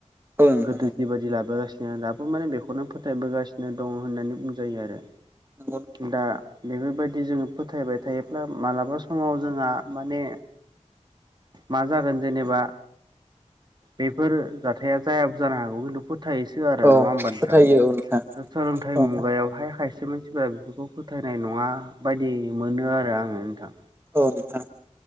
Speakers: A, on the right (about 20°); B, on the right (about 35°).
A: औ नोंथां
B: गोदो
A: औ
B: बेबायदि लाबोगासिनो दाबो माने बेखौनो फोथायबोगासिनो दङ' होननानै बुंजायो आरो।
A: नंगौ नोंथां
B: दा बेफोरबायदि जोङो फोथायबाय थायोब्ला मालाबा समाव जोंहा माने। मा जागोन जेनेबा बेफोर जाथाया जायाबो जानो हागोन। फोथायोसो आरो
A: औ
B: नङा होमब नोंथां
A: फोथायो औ
B: सोलोंथाइ
A: औ
B: मुगायावहाय खायसे माखासे मानसिफोरा बेफोरखौ फोथायनाय नङा बादि मोनो आरो आङो नोंथां।
A: औ नोंथां